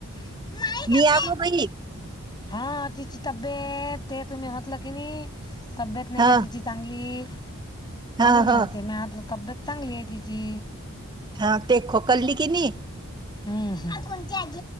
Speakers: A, on the left (about 20°); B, on the right (about 20°).
A: माझी
B: मी
A: तब्येत
B: अगो बाई.
A: हा तिची तब्येत ते तुम्ही म्हटलं की नई. तब्येत नाही
B: हा
A: का तिची चांगली म्हणून
B: हा
A: म्हणते
B: हा
A: मी आ तब्येत चांगली आहे तची.
B: हा ते खोकल्ली कि नी.
A: हम्म हम्